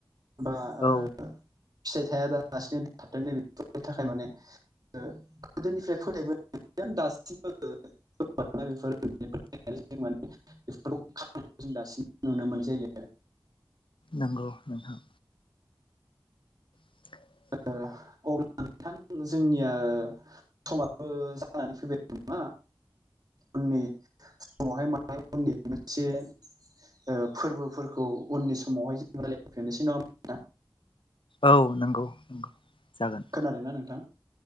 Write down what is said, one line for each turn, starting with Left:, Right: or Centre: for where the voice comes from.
Right: बा
Left: औ
Right: फिथाइ थाइ दालासिनो थाबदों बेफोरनि थाखाय माने गोदोनिफ्राय फोथायबो दासिमबो बेफोरो माने बेफोरखौ जों दासिम नुनो मोननाय जायो आरो।
Left: नंगौ नोंथां <inaudible>
Right: अ <unintelligible> बिथां जोंनिया समो जानानै फैबाय नामा? उननि समावहाय माब उननि मोनसे <unintelligible> फोरबोफोरखौ उननि समावहाय जों रायलायफिननोसै नङा? होमबा नोंथां
Left: औ नंगौ नंगौ जागोन।
Right: खोनादों ना नोंथां?